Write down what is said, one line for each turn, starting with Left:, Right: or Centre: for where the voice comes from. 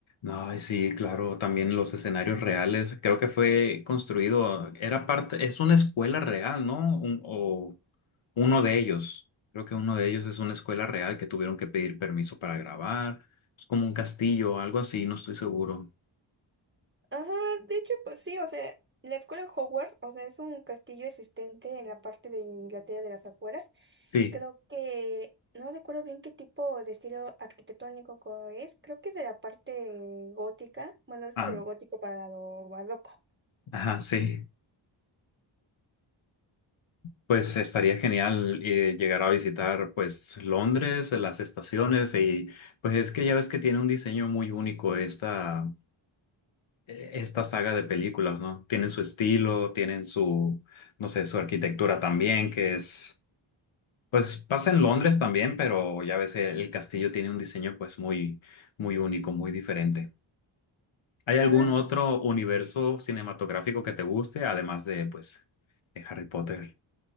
Left: Ay, sí, claro, también los escenarios reales. Creo que fue construido, era parte, es una escuela real, ¿no? Un- o uno de ellos. Creo que uno de ellos es una escuela real que tuvieron que pedir permiso para grabar. Es como un castillo, algo así, no estoy seguro.
Right: Ajá, de hecho pues sí, o sea, la escuela Hogwarts, o sea, es un castillo existente en la parte de Inglaterra de las afueras.
Left: Sí,
Right: Creo que no recuerdo bien qué tipo de estilo arquitectónico co- es. Creo que es de la parte gótica. Bueno, esto
Left: ah,
Right: de lo gótico para lo barroco.
Left: ajá, sí. Pues estaría genial eh, llegar a visitar, pues, Londres, las estaciones y, pues, es que ya ves que tiene un diseño muy único esta. eh, esta saga de películas, ¿no? Tienen su estilo, tienen su, no sé, su arquitectura también, que es, pues pasa en Londres también, pero ya ves, el, el castillo tiene un diseño pues muy, muy único, muy diferente. ¿Hay
Right: Ah,
Left: algún otro universo cinematográfico que te guste, además de, pues, de Harry Potter?